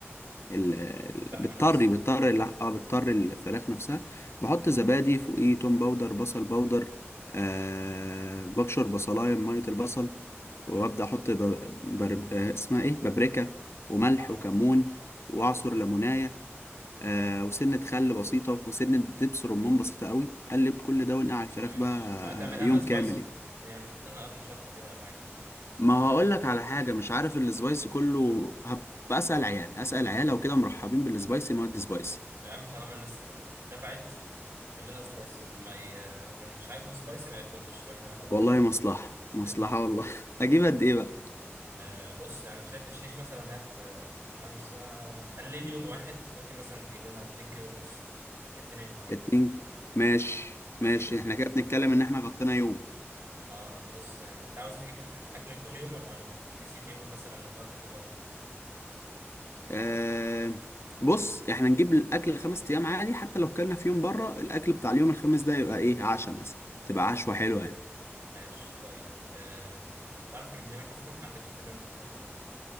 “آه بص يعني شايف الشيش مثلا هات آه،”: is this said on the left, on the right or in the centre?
Right